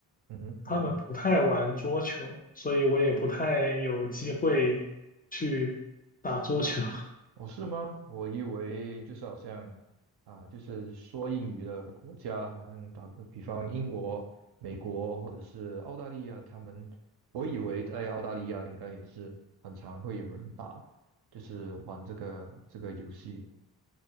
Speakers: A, on the right (about 60°); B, on the left (about 20°).
A: 嗯哼嗯哼。
B: 他们不太玩桌球，所以我也不太有机会去打桌球。<laughs>
A: 哦，是吗？我以为就是好像啊，就是说英语的国家，好像打个比方，英国、美国或者是澳大利亚，他们，我以为在澳大利亚应该也是很常会有人打，就是玩这个这个游戏。